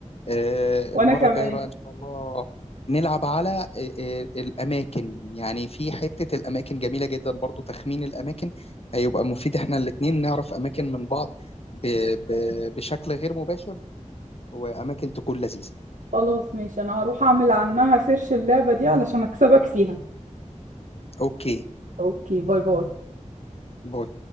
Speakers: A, on the left; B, on the right.
A: آه،
B: وانا
A: المرة
B: كمان
A: الجاية بقى إن شاء الله نلعب على آه، آه، الأماكن يعني في حتة الأماكن جميلة جدا برضو تخمين الأماكن هيبقى مفيد إحنا الاتنين نعرف أماكن من بعض ب- ب- بشكل غير مباشر وأماكن تكون لذيذة
B: خلاص ماشي انا هروح اعمل عنها سيرش اللعبه دي علشان اكسبك فيها
A: أوكي
B: اوكي باي باي
A: باي